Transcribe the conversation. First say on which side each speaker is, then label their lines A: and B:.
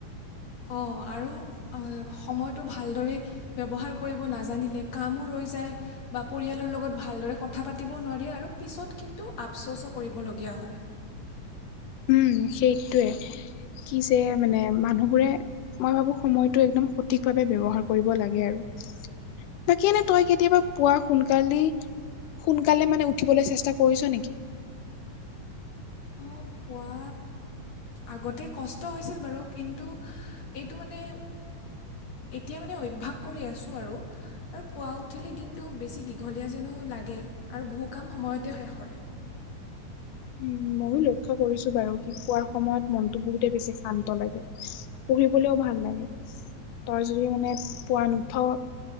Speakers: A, on the left; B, on the left.
A: অঁ আৰু আ সময়টো ভালদৰে ব্যৱহাৰ কৰিব নাজানিলে কামো ৰৈ যায় বা পৰিয়ালৰ লগত ভালদৰে কথা পাতিব নোৱাৰি আৰু পিছত কিন্তু আফচ'চো কৰিবলগীয়া হয়
B: উম সেইটোয়ে কি যে মানে মানুহবোৰে মই ভাবো সময়টো একদম সঠিক ভাৱে ব্যৱহাৰ কৰিব লাগে আৰু বাকী এনে তই কেতিয়াবা পোৱা সোনকালি সোনকালে মানে উঠিবলে চেষ্টা কৰিছ নেকি
A: অঁ পোৱা আগতে কষ্ট হৈছিল বাৰু কিন্তু এইটো মানে এতিয়া মানে অভ্যাস কৰি আছোঁ আৰু আৰু পুৱা উঠিলে দিনটো বেছি দীঘলীয়া যেনো লাগে আৰু বহু কাম সময়তে শেষ হয়।
B: উম ময়ো লক্ষ্য কৰিছো বাৰু কি পোৱাৰ সময়ত মনতটো বহুতে বেছি শান্ত লাগে পঢ়িবলেও ভাল লাগে তই যদি মানে পোৱা নুঠ